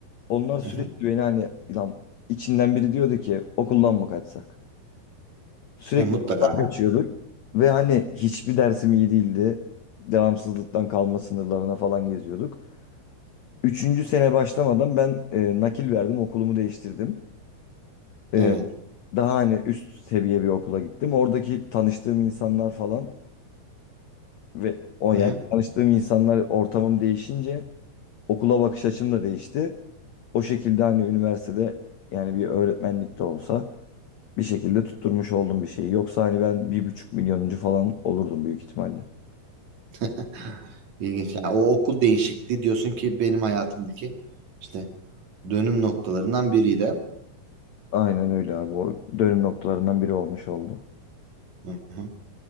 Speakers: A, on the left; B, on the right.
A: Onlar sürekli
B: Hı hı.
A: beni hani lan içinden biri diyordu ki okuldan mı kaçsak? Sürekli
B: Ya mutlaka.
A: okuldan
B: Ha,
A: kaçıyorduk. Ve hani hiçbir dersim iyi değildi. Devamsızlıktan kalma sınırlarına falan geziyorduk. Üçüncü sene başlamadan ben e, nakil verdim, okulumu değiştirdim. E,
B: Evet.
A: daha hani üst seviye bir okula gittim. Oradaki tanıştığım insanlar falan ve o
B: Hı
A: yani
B: hı.
A: tanıştığım insanlar ortamım değişince okula bakış açım da değişti. O şekilde hani üniversitede yani bir öğretmenlik de olsa bir şekilde tutturmuş oldum bir şeyi. Yoksa hani ben bir buçuk milyonuncu falan olurdum büyük ihtimalle.
B: <laughs> İlginç. Yani o okul değişikliği diyorsun ki benim hayatımdaki işte dönüm noktalarından biriydi.
A: Aynen öyle abi. O dönüm noktalarından biri olmuş oldu.
B: Hı hı.